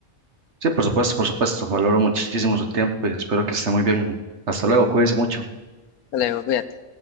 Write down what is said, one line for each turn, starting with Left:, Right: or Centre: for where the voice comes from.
Right: Sí, por supuesto, por supuesto. Valoro muchísimo su tiempo y espero que esté muy bien. Hasta luego, cuídese mucho.
Left: Hasta luego, cuídate.